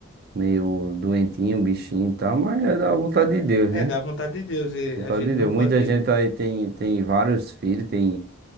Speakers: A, on the right; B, on the left.
A: meio doentinho, um bichinho e tal, mas é da vontade de Deus,
B: É,
A: né?
B: da vontade de Deus, e
A: Vontade
B: a gente
A: de
B: não
A: Deus.
B: pode.
A: Muita gente aí tem, tem vários filhos, tem.